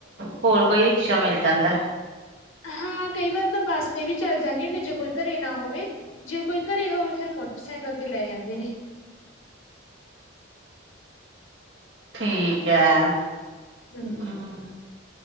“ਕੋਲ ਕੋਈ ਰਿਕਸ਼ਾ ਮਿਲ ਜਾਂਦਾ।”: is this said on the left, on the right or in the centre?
Right